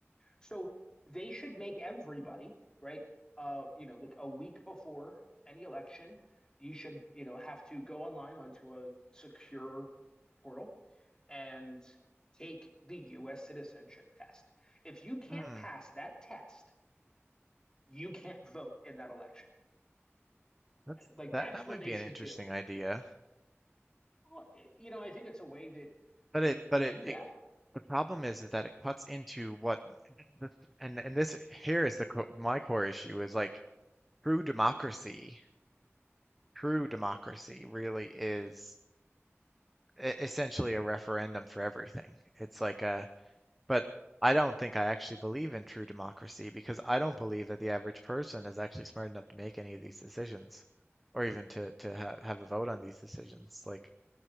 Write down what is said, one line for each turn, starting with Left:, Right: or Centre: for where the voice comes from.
Left: So they should make everybody, right? Uh, you know, like a week before any election, you should, you know, have to go online onto a secure portal and take the US citizenship test. If you can't
Centre: Mm.
Left: pass that test, you can't vote in that election.
Centre: That's
Left: Like
Centre: that
Left: that's
Centre: that might
Left: what they
Centre: be
Left: should
Centre: an interesting
Left: do.
Centre: idea.
Left: Well, eh, you know, I think it's a way that
Centre: But
Left: you
Centre: it
Left: you
Centre: but
Left: do
Centre: it, it
Left: that.
Centre: The problem is that it cuts into what, and and this here is the co- my core issue is like true democracy. True democracy really is e- essentially a referendum for everything. It's like a, but I don't think I actually believe in true democracy because I don't believe that the average person is actually smart enough to make any of these decisions, or even to to ha have a vote on these decisions. Like,